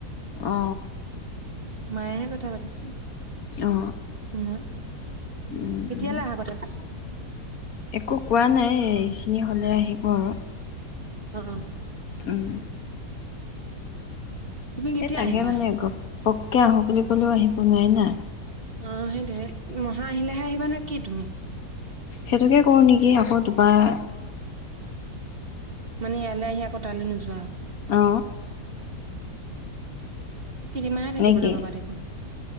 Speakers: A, on the left; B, on the right.
A: অ
B: মায়েহে কথা পাতিছিল
A: অ অ
B: শত
A: উম
B: কেতিয়ালৈ অা কথা পিছ
A: একো কোৱা নাই আপিনি হ'লে আহিব আৰু
B: অ অ
A: উম
B: তুমি কেতিয়া
A: এ তাকে
B: আহিবা
A: মানে একপ পপককে আহো বুলি ক'লেও আহিব নোৱাৰি না
B: অ হ মহা আহিলেহে আহিবাানে কি তুমি
A: সেইটোকে কৰো নেকি আকৌ দু বাাৰ
B: মানে ইয়ালৈ আহি আকৌ তালৈ নোযোৱা
A: অ
B: কেইদিনমানে থাকিবলৈ
A: নেকি
B: পাবা দেখোন